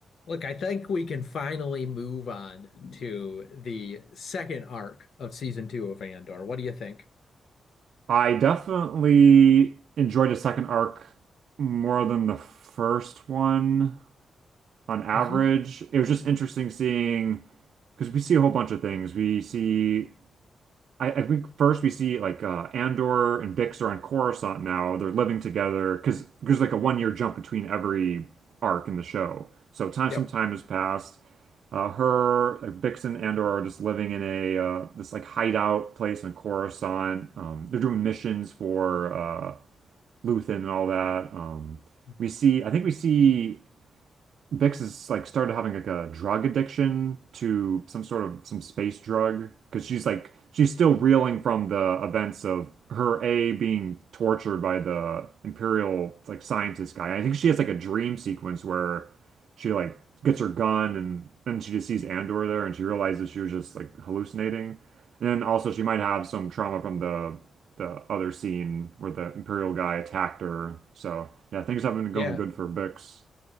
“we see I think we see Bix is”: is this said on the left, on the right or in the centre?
Right